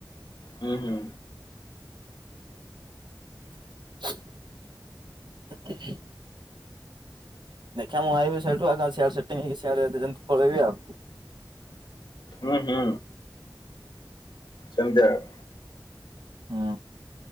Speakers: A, on the left; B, on the right.
A: ହୁଁ ହୁଁ।
B: <unintelligible> ଦେଖିବା ମୁଁ ଆଇବି ସେଇଟୁ ଏକା ସେଟିଂ ସିଆଡେ ଯେନ୍ତି ପଳେଇ ଆଉ।
A: ଉଁ ହୁଁ ସେମତିଆ।
B: ହୁଁ।